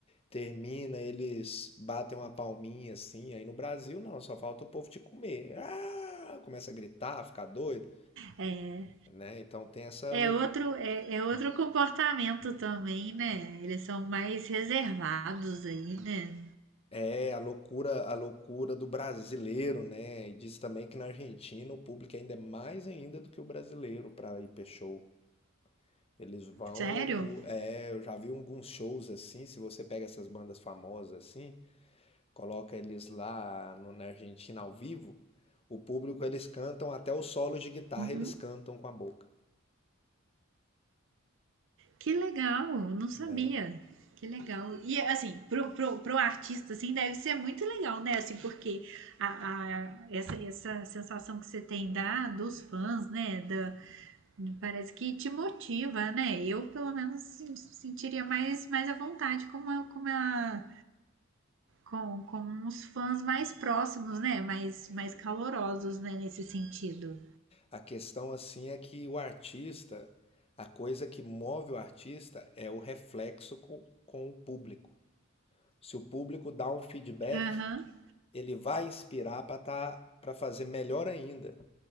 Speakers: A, on the left; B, on the right.
A: termina, eles batem uma palminha assim. Aí no Brasil, não, só falta o povo te comer. Ah! Começa a gritar, ficar doido,
B: é,
A: né? Então tem essa loucura
B: É outro, é, é outro comportamento também, né? Eles são mais reservados aí, né?
A: É a loucura, a loucura do brasileiro, né? E diz também que na Argentina o público ainda é mais ainda do que o brasileiro para ir para show. Eles vão
B: Sério?
A: à loucura. É, eu já vi alguns shows assim, se você pega essas bandas famosas assim, coloca eles lá no- na Argentina ao vivo, o público eles cantam até o solo de guitarra,
B: Uhum.
A: eles cantam com a boca,
B: Que legal, não sabia.
A: né?
B: Que legal. E assim, pro, pro, pro artista, assim, deve ser muito legal, né? Assim, porque a, a- essa, essa sensação que você tem da, dos fãs, né? Da, parece que te motiva, né? Eu, pelo menos, se- sentiria mais, mais à vontade com uma, com uma Com, com uns fãs mais próximos, né? Mais, mais calorosos, né? Nesse sentido.
A: A questão assim é que o artista, a coisa que move o artista é o reflexo com, com o público. Se o público dá um feedback,
B: Aham.
A: ele vai inspirar para tá, para fazer melhor ainda.